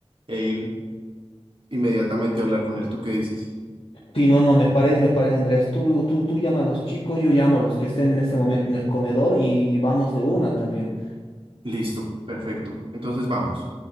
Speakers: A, on the right; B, on the left.
A: e ir inmediatamente a hablar con él. ¿Tú qué dices?
B: sí no, no, me parece, me parece, Andrés, tú, tú, tú llama a los chicos, yo llamo a los que estén en este momento en el comedor y vamos de una también.
A: Listo, perfecto. Entonces vamos.